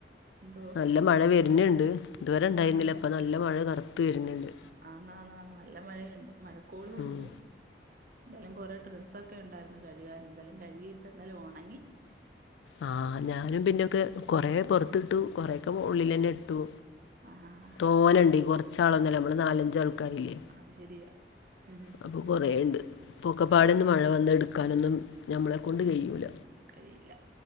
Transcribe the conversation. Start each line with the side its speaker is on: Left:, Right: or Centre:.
Right: എന്തോ
Left: നല്ല മഴ വര്ന്ണ്ട്. ഇതുവരെ ഇണ്ടായിരുന്നില്ല
Right: ആഹ്
Left: ഇപ്പ നല്ല മഴ കറ്ത്ത് വര്ന്ണ്ട്.
Right: ആ ന ന നല്ല മഴയ്ണ്ട് മഴക്കോളുണ്ട്
Left: ഉം
Right: എന്താലും കൊറെ ഡ്രസ്സൊക്കെണ്ടാരുന്നു കഴുകാന് എന്താലും കഴുകിട്ട് എന്നാലും ഒണങ്ങി
Left: ആ ഞാനും പിന്നൊക്കെ കൊറെ പൊറത്തിട്ടു കൊറെയൊക്കെ ഉള്ളിലന്നെട്ടു
Right: ആഹ് ആഹ് ആഹ്
Left: തോനണ്ടീ കൊറച്ചാളൊന്നല്ല മ്മള് നാലഞ്ചാൾക്കാരില്ലേ?
Right: അത് ശരിയാ ഉം
Left: അപ്പൊ കൊറേണ്ട് പൊക്കപ്പാടെന്ന്
Right: ഉണ്ടല്ലേ
Left: മഴ വന്നെടുക്കാനൊന്നും മ്മളെ കൊണ്ട് കയ്യൂല.
Right: ഴിയില്ല.